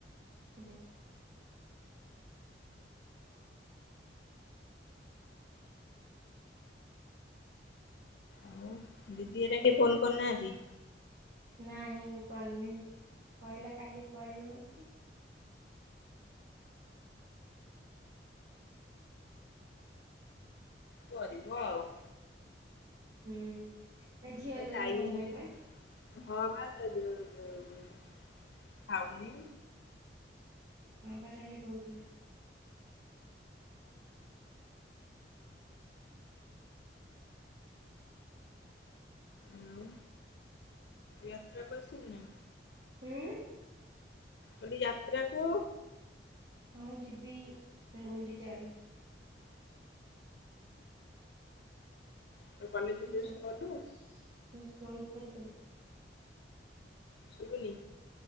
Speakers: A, on the right; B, on the left.
A: ହୁଁ।
B: ଆଉ ଦିଦି ହେରା କେ ଫୋନ କରିନାହାନ୍ତି।
A: ନାଇଁ କରିନି କହିଲା କାଲି କରିବ ବୋଲି।
B: କରିବ ଆଉ।
A: ହୁଁ ତା ଝିଅ
B: ଆଉ
A: ଦେହ
B: ଟାଇମ
A: ଭଲ
B: ହେଲେ
A: ନହିଁ ପା।
B: ହଁ ବା ତାଦେହ <inaudible> ଖାଉନି।
A: ହଁ ବା କାଲି କହୁଥିଲା।
B: ଆଉ ଯାତ୍ରା କୁ ଆସିବୁନା।
A: ହଁ।
B: କହିଲି ଯାତ୍ରାକୁ।
A: ହଁ ଜିବି ଗୁଣ୍ଡଚା ବେଳକୁ।
B: ତୁ କଲେଜ
A: ଏ
B: ଡ୍ରେସ କଲୁ?
A: ସୋ <inaudible> କରି।
B: ଶୁଭୁନି।